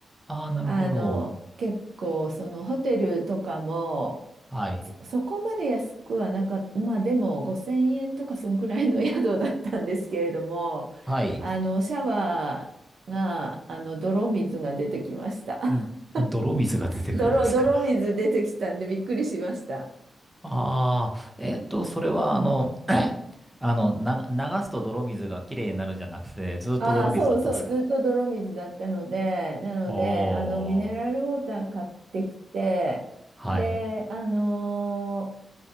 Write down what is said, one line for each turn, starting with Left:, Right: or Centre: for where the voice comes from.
Centre: ああ、なるほど。
Right: あの、結構、そのホテルとかも、
Centre: はい。
Right: そ、そこまで安くはなかった、まあでも5000円とかそんくらいの <laughs> 宿だったんですけれども、
Centre: はい。
Right: あの、シャワーが、あの、泥水が出てきました。
Centre: んあ泥水が出てくるんですか。
Right: <laughs> 泥、泥水出てきたんでびっくりしました。
Centre: ああ、えっと、それは、あの、<clears throat> <coughs> あの、な、流すと泥水がきれいになるじゃなくて、ずっと泥水だったんですか。
Right: ああ、そうそう、ずっと泥水だったので、なので、
Centre: おー、
Right: あの、ミネラルウォーター買ってきて、
Centre: はい。
Right: で、あのー